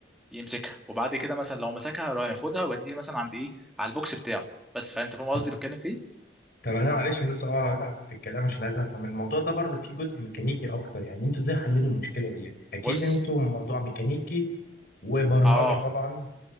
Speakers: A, in the centre; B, on the left.
A: يمسكها وبعد كده مثلا لو مسكها يروح ياخدها ويوديها مثلا عند ايه على البوكس بتاعه بس فانت فاهم قصدي
B: طب
A: بتكلم فيه
B: طب انا معلش انا لسه اه هتعب في الكلام عشان عايز افهم الموضوع ده برضو فيه جزء ميكانيكي اكتر يعني انتوا ازاي حليتوا المشكله ديت اكيد
A: بص
B: انتوا موضوع ميكانيكي وبرمجه
A: اه
B: طبعا